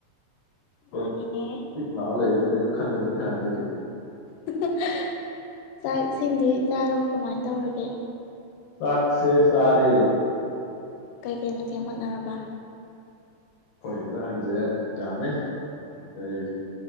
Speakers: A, on the left; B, on the left.
A: ꯃꯥꯅꯤꯅꯦ
B: ꯍꯣꯏ ꯇꯤꯛ ꯂꯥꯑ ꯂꯩ ꯑꯗꯨꯅꯦ ꯑꯗꯨꯝ ꯈꯪꯉꯤꯗꯨꯅꯦ ꯍꯥꯟꯅꯗꯒꯤ
A: ꯍ ꯍ ꯍꯍ ꯆꯥꯛ ꯏꯁꯤꯡꯗꯤ ꯆꯥꯔꯕ ꯀꯃꯥꯏꯅ ꯇꯧꯔꯒꯦ
B: ꯆꯥꯛꯁꯦ ꯆꯥꯔꯦ
A: ꯀꯩꯀꯩ ꯃꯊꯦꯟ ꯍꯣꯠꯅꯔꯕ
B: ꯍꯣꯏ ꯏꯟꯖꯥꯡꯖꯦ ꯌꯥꯝꯃꯦ ꯀꯔꯤ